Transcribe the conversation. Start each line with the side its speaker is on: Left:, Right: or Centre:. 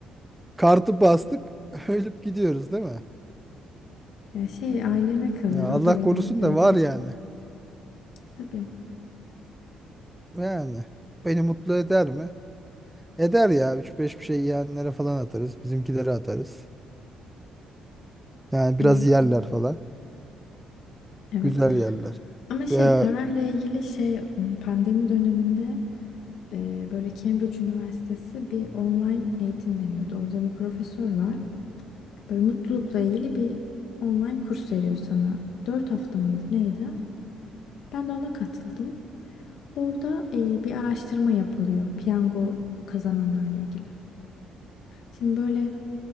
Centre: Kartı bastık. <laughs> Ölüp gidiyoruz değil mi?
Left: Ya şey aileme kalır
Centre: Ya
Left: o
Centre: Allah
Left: da beni
Centre: korusun
Left: mutlu
Centre: da
Left: eder.
Centre: var yani.
Left: Tabii.
Centre: Yani beni mutlu eder mi? Eder ya. üç beş bir şey yiyenlere falan atarız. Bizimkilere atarız. Yani biraz
Left: Evet.
Centre: yerler falan.
Left: Evet.
Centre: Güzel yerler.
Left: Ama şey
Centre: Ya,
Left: parayla ilgili şey pandemi döneminde e, böyle Cambridge Üniversitesi bir online eğitim veriyordu. Orada bir profesör var. Böyle mutlulukla ilgili bir online kurs veriyor sana. 4 hafta mıydı neydi? Ben de ona katıldım. Orada e, bir araştırma yapılıyor piyango kazananlarla ilgili. Şimdi böyle